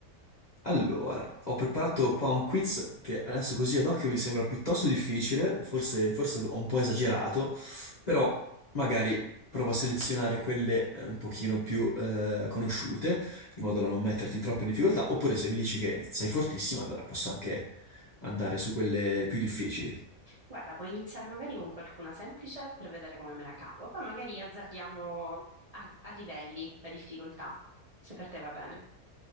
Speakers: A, on the left; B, on the right.
A: Allora, ho preparato qua un quiz che adesso così ad occhio mi sembra piuttosto difficile, forse, forse ho un po' esagerato, però magari provo a selezionare quelle eh, un pochino più eh, conosciute, in modo da non metterti troppo in difficoltà, oppure se mi dici che sei fortissima, allora posso anche andare su quelle più difficili.
B: Guarda, puoi iniziare magari con qualcuna semplice per vedere come me la cavo, poi magari azzardiamo a, a livelli la difficoltà, se per te va bene.